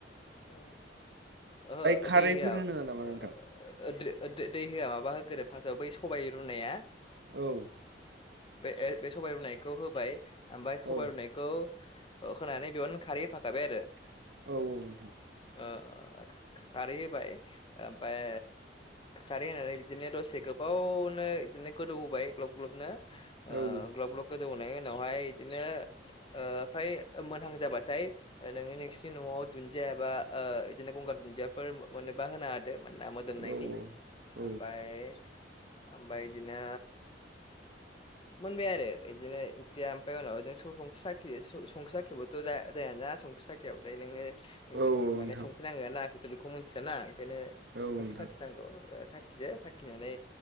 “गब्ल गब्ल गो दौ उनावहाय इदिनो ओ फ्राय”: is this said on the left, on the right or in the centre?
Left